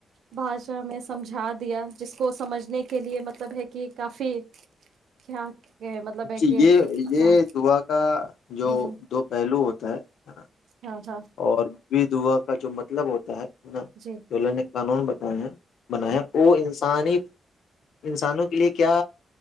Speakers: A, on the right (about 75°); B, on the left (about 80°).
A: بھاشا میں سمجھا دیا جس کو سمجھنے کے کے لیے مطلب ہے کہ کافی کیا کہ مطلب
B: جی یہ یہ
A: ہاں
B: دبا کا جو
A: ہ ہ
B: دو پہ ہیلو ہوتا ہے
A: ہاں ہاں
B: اور بھی دعا کا جو مطلب ہوتا ہے نہ
A: جی
B: چولنے قانون بتائ ہیں بنایا
A: جی
B: وہ انسانی انسانوں کے لیے کیا